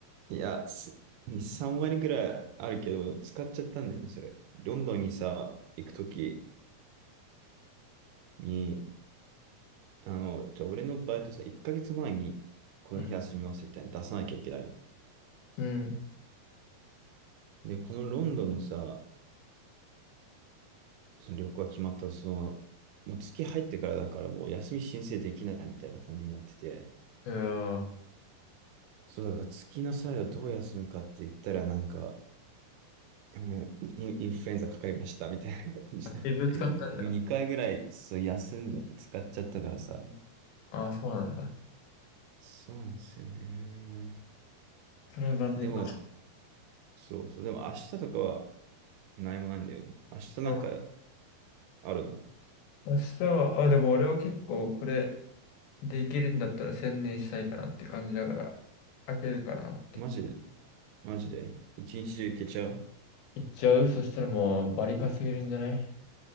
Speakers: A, on the right; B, on the left.
A: いや、す3割くらいあるけど、使っちゃったんだよね、それ。ロンドンにさ、行くときに、あの、ちょ、俺のバイトさ、1ヶ月前にこの日休みますみたいなの出さなきゃいけないの。
B: ブ。うん。うん。
A: で、このロンドンのさ、その旅行が決まった、その、もう月入ってからだからもう休み申請できないみたいな感じになってて、
B: うん。
A: そうだから月の際はどう休むかって言ったらなんか、ごめんインインフルエンザかかりましたみたいな感じで。
B: あ、警備を使ったんだ。
A: <laughs> 2回ぐらいそう休んじゃって使っちゃったからさ。
B: ああ、そうなんだ。
A: そうなんですよね。
B: それは残念。
A: でも、そうそう。でも明日とかは何もないんだよね。明日なんか
B: うん
A: あるの
B: 明日は、あ、でも俺は結構これできるんだったら専念したいかなって感じだから、開けるかなって。
A: マジで、マジで。一日中行けちゃう
B: 行っちゃうそしたらもうバリ稼げるんじゃない